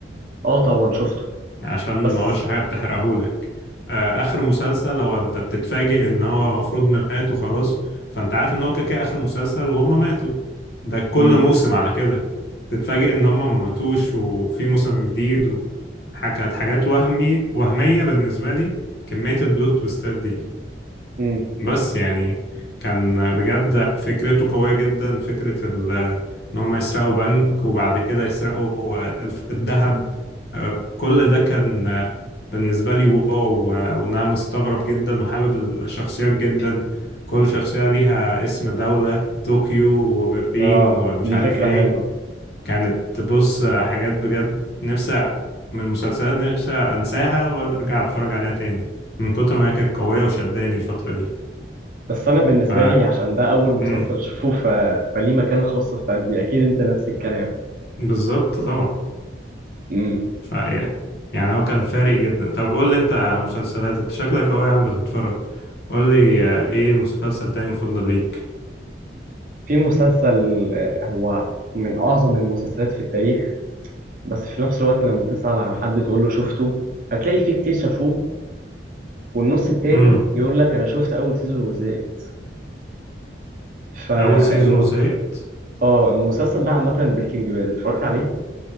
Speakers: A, on the right; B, on the left.
A: اه طبعا شفته
B: عشان
A: بس
B: ما اقولش حاجه بتحرقهولك آه، اخر مسلسل لو انت بتتفاجئ ان هو المفروض مات وخلاص فانت عارف ان هو كده كده اخر مسلسل وهم ماتوا ده كل
A: امم
B: موسم على كده تتفاجئ ان هم ما ماتوش وفي موسم جديد وحاجات حاجات وهمي وهميه بالنسبه لي كميه البلوت تويستات دي
A: امم
B: بس يعني كان بجد فكرته قوية جدا فكرة ال- إن هم يسرقوا بنك وبعد كده يسرقوا الف- الذهب آه، كل ده كان آه، بالنسبة لي واو آه، وإن أنا مستغرب جدا وحابب الشخصيات جدا كل شخصية ليها اسم دولة طوكيو وبرلين
A: اه
B: ومش
A: دي
B: عارف
A: فكرة
B: إيه
A: حلوة
B: كانت بص آه، حاجات بجد نفسي من المسلسلات نفسي أنساها وأرجع أتفرج عليها تاني من كتر ما هي كانت قوية وشداني الفترة دي
A: بس انا بالنسبة
B: ف
A: لي عشان ده اول مسلسل
B: مم.
A: اشوفه ف... فليه مكانة خاصة في قلبي اكيد انت نفس الكلام
B: بالظبط طبعا
A: امم
B: ف يعني هو كان فارق جدا طب قول لي انت على مسلسلات انت شكلك قوي يا عم بتتفرج قول لي آه، ايه مسلسل تاني مفضل ليك
A: في مسلسل هو من اعظم المسلسلات في التاريخ بس في نفس الوقت لما تسأل عن حد تقول له شفته هتلاقي فيه كتير شافوه والنص التاني
B: امم
A: يقول لك انا شفت اول سيزون وزهقت ف
B: اول سيزون
A: المو-
B: وزهقت
A: اه المسلسل ده عامة بريكنج باد اتفرجت عليه؟